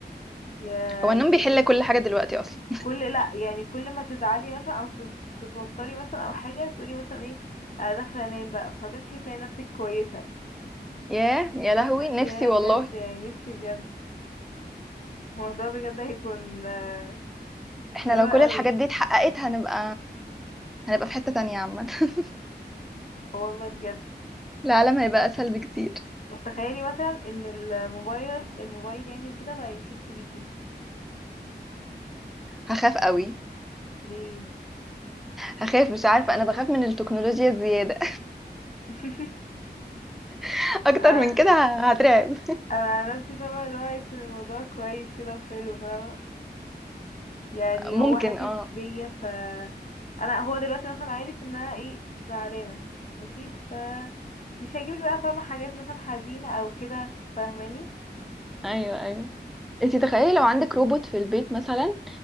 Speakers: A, on the left; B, in the centre.
A: يعني
B: هو النوم بيحل كل حاجة دلوقتي اصلا <laughs>
A: كل لا يعني كل ما تزعلي مثلا او تت- تتوتري مثلا او حاجة تقولي مثلا ايه انا داخلة انام بقى فهتصحي تلاقي نفسك كويسة
B: ياه يا لهوي نفسي
A: يا
B: والله
A: بجد يعني نفسي بجد الموضوع بجد هيكون آه،
B: احنا
A: حلو
B: لو كل
A: قوي
B: الحاجات دي اتحققت هنبقى هنبقى في حتة تانية عامة <laughs>
A: آه والله بجد
B: العالم هيبقى اسهل بكتير
A: طب تخيلي مثلا ان الموبايل الموبايل يعني كده بقى يحس بيكي
B: هخاف قوي
A: ليه
B: هخاف مش عارفة انا بخاف من التكنولوجيا الزيادة
A: <laughs>
B: <laughs> اكتر
A: آه،
B: من كده ه- هترعب
A: انا على نفسي فاهمه اللي هو يكون الموضوع كويس كده وحلو فاهمه يعني
B: ممكن
A: هو حاسس
B: اه
A: بيا ف انا هو دلوقتي مثلا عارف ان انا ايه زعلانه ماشي ف مش هيجيب لي بقى فاهمه حاجات مثلا حزينه او كده فاهماني
B: ايوه ايوه انت تخيلي لو عندك روبوت في البيت مثلا